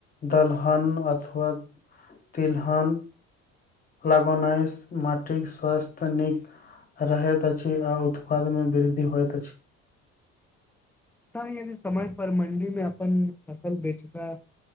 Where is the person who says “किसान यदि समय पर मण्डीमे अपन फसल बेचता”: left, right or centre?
Centre